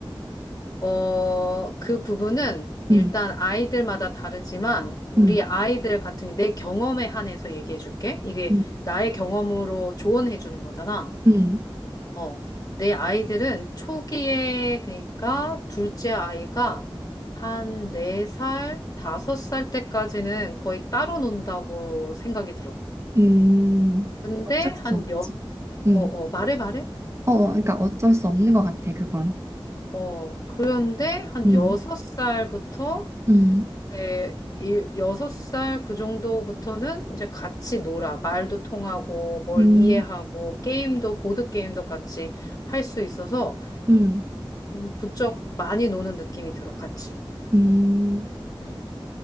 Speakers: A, on the left; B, on the right.
A: 어, 그 부분은 일단
B: 음,
A: 아이들마다 다르지만 우리
B: 음,
A: 아이들 같은 내 경험에 한해서 얘기해 줄게. 이게
B: 음,
A: 나의 경험으로 조언해 주는 거잖아.
B: 음,
A: 어, 내 아이들은 초기에, 그러니까 둘째 아이가 한 네살 다섯 살 때까지는 거의 따로 논다고 생각이 들어.
B: 음.
A: 근데
B: 어쩔
A: 한
B: 수 없지.
A: 여,
B: 음,
A: 어, 어, 말해, 말해.
B: 어, 어, 그러니까 어쩔 수 없는 것 같아, 그건.
A: 어, 그런데 한
B: 음,
A: 여섯 살부터
B: 음,
A: 이제 일- 여섯 살 그 정도부터는 이제 같이 놀아. 말도 통하고, 뭘
B: 음,
A: 이해하고, 게임도, 보드게임도 같이 할 수 있어서
B: 음,
A: 음, 부쩍 많이 노는 느낌이 들어, 같이.
B: 음.
A: 음.